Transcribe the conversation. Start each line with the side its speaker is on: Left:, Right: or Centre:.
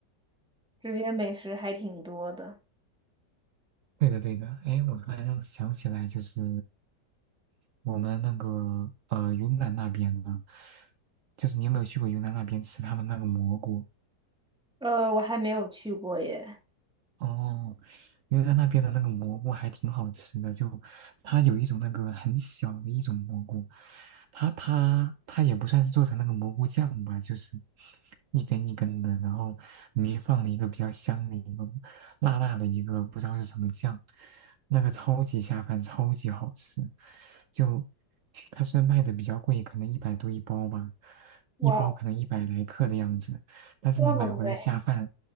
Centre: 这边美食还挺多的。
Right: 对的，对的。哎，我突然想起来，就是我们那个呃云南那边的，就是你有没有去过云南那边吃他们那个蘑菇？
Centre: 呃，我还没有去过耶。
Right: 哦，因为来那边的那个蘑菇还挺好吃的，就它有一种那个很小的一种蘑菇，它它它也不算是做成那个蘑菇酱吧，就是一根一根的，然后里面放了一个比较香的一个辣辣的一个不知道是什么酱，那个超级下饭，超级好吃。就它虽然卖的比较贵，可能一百多一包吧，
Centre: 哇哦
Right: 一包可能一百来克的样子，但是你买回来下饭。
Centre: 这么贵？